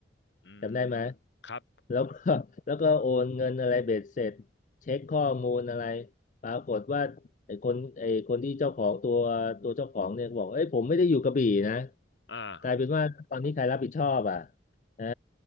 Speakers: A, on the left (about 70°); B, on the left (about 40°).
A: อืม
B: จำได้ไหม
A: ครับ
B: แล้วก็แล้วก็โอนเงินอะไรเบ็ดเสร็จเช็คข้อมูลอะไรปรากฏว่า ไอ้คนไอ้คนที่เจ้าของตัวตัวเจ้าของเนี่ยบอกเอ้ยผมไม่ได้อยู่กระบี่นะ
A: อ่า
B: กลายเป็นว่าตอนนี้ใครรับผิดชอบอ่ะนะ